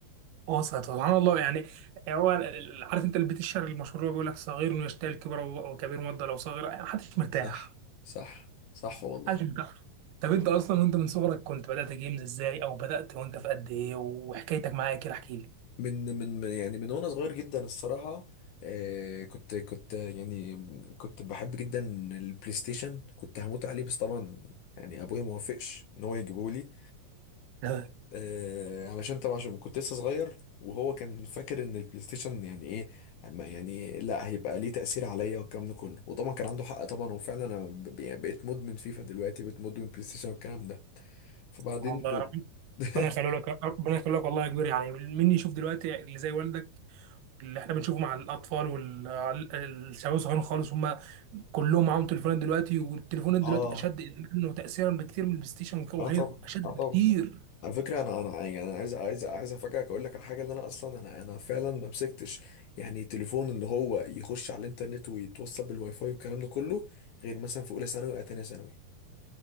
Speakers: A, on the right (about 80°); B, on the left (about 75°).
A: وسط سبحان الله يعني هو ال- عارف انت البيت الشعري المشهور اللي هو بيقول لك صغير يشتهي الكبر و- وكبير مضى لو صغير يعني محدش مرتاح
B: صح صح صح والله
A: محدش مرتاح طب انت اصلا وانت من صغرك كنت بدات جيمز ازاي او بدات وانت في قد ايه وحكايتك معايا كده احكي لي
B: من من من- يعني من وانا صغير جدا الصراحه آه كنت كنت يعني كنت بحب جدا البلاي ستيشن كنت هموت عليه بس طبعا يعني ابويا ما وافقش ان هو يجيبه لي
A: <laughs> لا
B: آه علشان طبعا عشان كنت لسه صغير وهو كان فاكر ان البلاي ستيشن يعني ايه ما- يعني لا هيبقى ليه تاثير عليا والكلام ده كله وطبعا كان عنده حق طبعا وفعلا انا ب- يعني بقيت مدمن فيفا دلوقتي بقيت مدمن بلاي ستيشن والكلام ده فبعدين
A: والله
B: في...
A: ربنا
B: <laughs>
A: يخليه لك ربنا يخليه لك والله يا كبير يعني مني يشوف دلوقتي اللي زي والدك اللي احنا بنشوفه مع الاطفال والشباب الصغيرين خالص هم كلهم معاهم تليفونات دلوقتي والتليفونات دلوقتي
B: اه
A: اشد ادمانا وتاثيرا بكتير من البلاي ستيشن وغيره
B: اه طبعا
A: اشد
B: اه طبعا
A: بكتير
B: على فكرة أنا أنا يعني أنا عايز عايز عايز أفاجئك أقول لك على حاجة اللي أنا أصلا أنا أنا فعلا ما مسكتش يعني تليفون اللي هو يخش على الإنترنت ويتوصل بالواي فاي والكلام ده كله غير مثلا في أولى ثانوي أو تانية ثانوي